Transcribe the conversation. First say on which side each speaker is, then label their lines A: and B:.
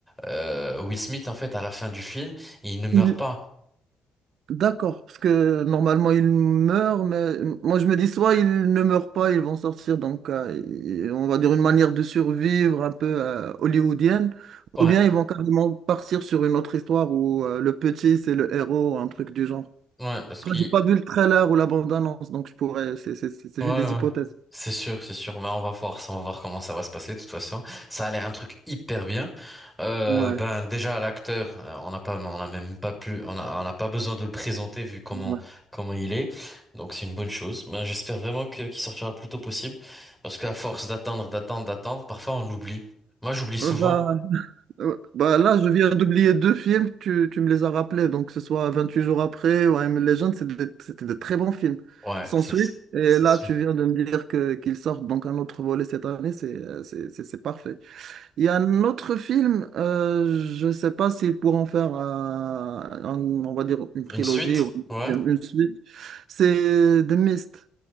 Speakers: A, in the centre; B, on the right (about 70°).
A: euh, Will Smith, en fait, à la fin du film, il ne meurt
B: Il-
A: pas.
B: D'accord, parce que normalement ils meurent, mais moi je me dis soit ils ne meurent pas, ils vont sortir, donc euh, et- on va dire une manière de survivre un peu euh, hollywoodienne,
A: Ouais,
B: ou bien ils vont carrément partir sur une autre histoire où euh, le petit c'est le héros, un truc du genre.
A: ouais, parce
B: Après,
A: qu'il
B: j'ai pas vu le trailer ou la bande-annonce, donc je pourrais, c'est c'est- c'est- c'est
A: Ouais,
B: juste
A: ouais.
B: des hypothèses.
A: C'est sûr, c'est sûr. Ben, on va voir ça, on va voir comment ça va se passer, de toute façon. Ça a l'air un truc hyper bien. Euh,
B: Ouais.
A: ben, déjà, l'acteur, euh, on n'a pas, on n'a même pas pu, on a- on n'a pas besoin de le présenter vu comment,
B: ouais.
A: comment il est. Donc, c'est une bonne chose. Ben, j'espère vraiment que, qu'il sortira le plus tôt possible. Parce qu'à force d'attendre, d'attendre, d'attendre, parfois on oublie. Moi, j'oublie souvent.
B: Euh, bah, Euh, Bah là, je viens d'oublier deux films, tu, tu me les as rappelés, donc que ce soit 28 jours après ou I Am Legend, c'est des- c'était de, très bons films.
A: Ouais,
B: Sans
A: c'est,
B: suite, et
A: c'est
B: là,
A: sûr.
B: tu viens de me dire que qu'ils sortent donc un autre volet cette année, c'est euh, c'est c'est- c'est parfait. Il y a un autre film, euh, je sais pas s'ils pourront faire, euh, un- on va dire, une trilogie
A: Une suite?
B: ou
A: Ouais.
B: une une suite, c'est The Mist,